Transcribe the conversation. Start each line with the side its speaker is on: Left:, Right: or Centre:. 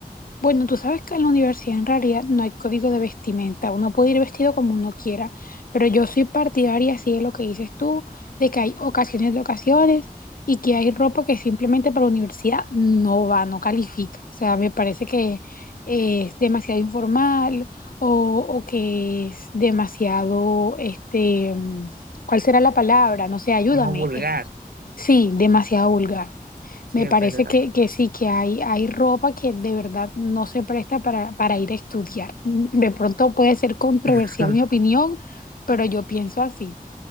Left: Bueno, tú sabes que en la universidad en realidad no hay código de vestimenta, uno puede ir vestido como uno quiera, pero yo soy partidaria, así de lo que dices tú, de que hay ocasiones de ocasiones y que hay ropa que simplemente para la universidad no va, no califica. O sea, me parece que es demasiado informal o, o que es demasiado, este, mm, ¿cuál será la palabra? No sé, ayúdame.
Right: como vulgar,
Left: Es- sí, demasiado vulgar.
Right: sí,
Left: Me
Right: es
Left: parece
Right: verdad.
Left: que, que sí, que hay, hay ropa que de verdad no se presta para, para ir a estudiar. De pronto puede ser controversial
Right: <laughs>
Left: mi opinión, pero yo pienso así.